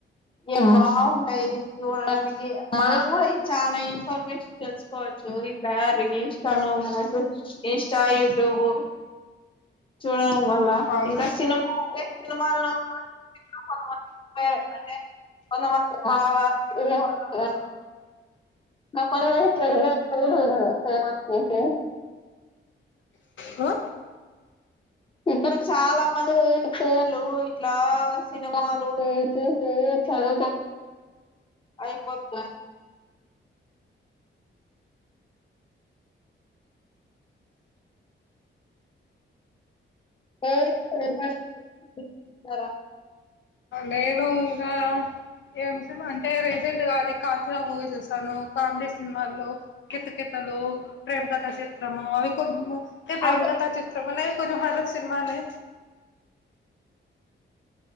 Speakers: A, on the left; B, on the left.
A: వే బాగుంటాయి చూడడానికి మళ్ళం కూడా ఇది చాలా ఇన్ఫర్మేషన్ తెలుసుకోవచ్చు ఇటా ఇన్స్టా
B: అవును
A: మనం <inaudible> ఇన్స్టా యూట్యూబ్ చూడ వల్ల
B: అవును
A: ఇంకా సినిమా లే సినిమాల్లో <inaudible> ఇంక కొంతమంది అ అంటే కొంతమంది తిన్నావా తిన్నావా లేదు నా పనులు చేయ్ జాజిపే తినను <unintelligible>
B: వో
A: ఇప్పుడు చాలా మంది ఫోన్ లు ఇట్ల సినిమాలు చూసి చదువు అయిపోతున్నారు ఏ <unintelligible> స్తారా
B: నేను ఇంకా ఏం సినిమా అంటే రీసెంట్ గా అది కాంచనా మూవీ చూసాను కామిడి సినిమాల్లో కితకితలు ప్రేమ కథా చిత్ర చిత్రము అవి కొంచము ప్రేమికథ
A: అవి
B: చిత్రం అనే కొంచము హారర్ సినిమానే